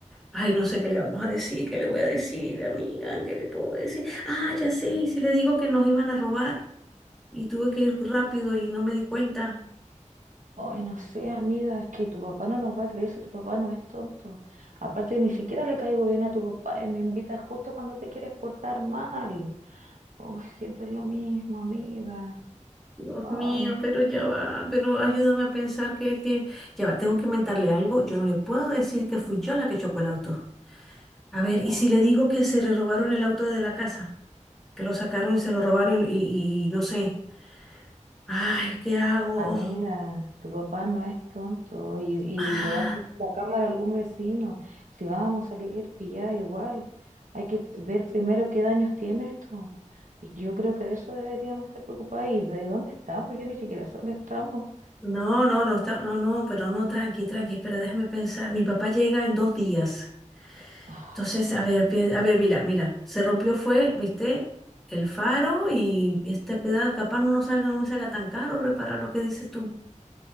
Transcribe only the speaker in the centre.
ay, no sé qué le vamos a decir, qué le voy a decir, amiga, qué le puedo decir? Ah, ya sé, ¿y si le digo que nos iban a robar y tuve que ir rápido y no me di cuenta?
Dios
mío, pero ya va, pero ayúdame a pensar que, que, ya va, tengo que inventarle algo, yo no le puedo decir que fui yo la que chocó el auto. A ver, ¿y
si le digo que se le robaron el auto de la casa? que lo sacaron y se lo robaron y, y no sé. Ay, ¿qué hago?
Ah,
no, no, no está, no, no, pero no, tranqui, tranqui, espera, déjame pensar. Mi papá llega en dos días.
Entonces, a ver, pien- a ver, mira, mira, se rompió fue, viste, el faro y este pedazo, capaz no nos salga, no me salga tan caro reparar lo que dices tú.